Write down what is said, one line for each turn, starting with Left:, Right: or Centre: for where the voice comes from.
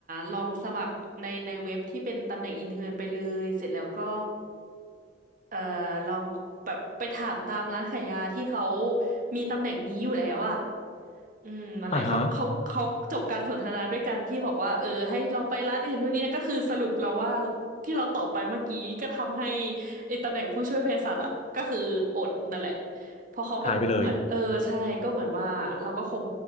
Right: ลองสมัครในในเว็บที่เป็นตำแหน่งอินเทอร์นไปเลยเสร็จแล้วก็เอ่อลองแบบไปถามตามร้านขายยาที่เขามีตำแหน่งนี้อยู่แล้วอะอืมนั่นแหละเขาเขาเขาจบการสนทนาด้วยกันที่บอกว่าเออให้ลองไปร้านอื่นนู่นนี่นะก็คือสรุปเราว่า
Left: อ่าฮะ
Right: ที่เราตอบไปเมื่อกี้ก็ทำให้ ไอ้ตำแหน่งผู้ช่วยเภสัชอะก็คืออดนั่นแหละเพราะเขาก็เหมือนเออใช่ก็เหมือนว่าเราก็คง
Left: หายไปเลย